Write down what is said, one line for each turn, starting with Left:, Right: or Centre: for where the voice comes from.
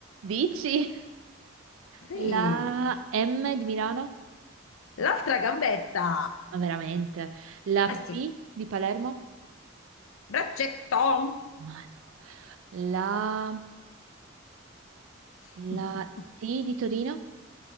Right: Dici?
Left: Sì.
Right: La M di Milano?
Left: L'altra gambetta.
Right: Ma veramente. La
Left: Eh sì.
Right: P di Palermo?
Left: Braccetto!
Right: Madò. La,
Left: <laughs>
Right: la T di Torino?